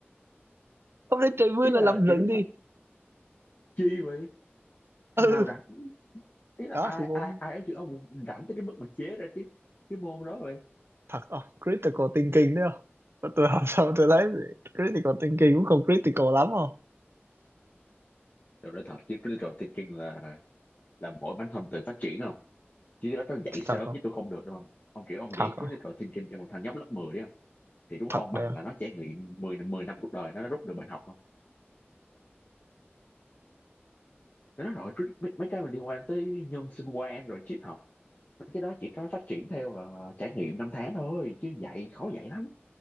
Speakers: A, on the right; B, on the left.
A: hôm nay trời mưa
B: ý
A: là
B: là
A: lập luận
B: kiểu
A: đi
B: chi vậy thằng
A: ừ
B: nào rảnh ý là
A: đó
B: ai
A: thì môn
B: ai ai ấy chứ ông rảnh tới cái mức mà chế ra cái cái môn đó rồi
A: thật không critical thinking đấy không Mà tôi học xong tôi thấy critical thinking cũng không critical lắm không
B: tôi nói thật chứ critical thinking là là mỗi bản thân tự phát triển không chứ đó nó dạy sớm
A: thật không
B: chứ tôi không được đúng không ông kiểu ông
A: thật
B: dạy
A: không
B: critical thinking cho một thằng nhóc lớp 10 đi không thì đúng
A: thật
B: không bằng
A: đấy
B: là
A: không
B: nó trải nghiệm 10 10 năm cuộc đời nó nó rút được bài học không nó nói rồi crit- mấy, mấy cái mà liên quan tới nhân sinh quan rồi triết học mấy cái đó chỉ có phát triển theo ờ, trải nghiệm năm tháng thôi chứ dạy khó dạy lắm